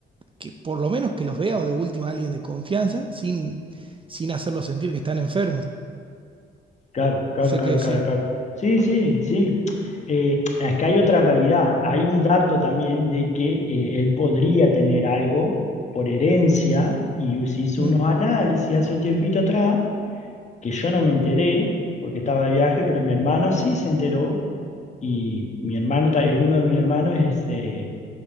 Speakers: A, on the right; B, on the left.
A: que por lo menos que los vea o de última alguien de confianza sin, sin hacerlos sentir que están enfermos.
B: Claro, claro,
A: Sé
B: claro,
A: que
B: claro,
A: sí.
B: claro. Sí, sí, sí. Eh, es que hay otra realidad. Hay un dato también de que eh, él podría tener algo por herencia y se hizo
A: Mm,
B: unos análisis hace un tiempito atrás que yo no me enteré porque estaba de viaje, pero mi hermano sí se enteró Y mi hermano, ta- eh, uno de mis hermanos es, eh,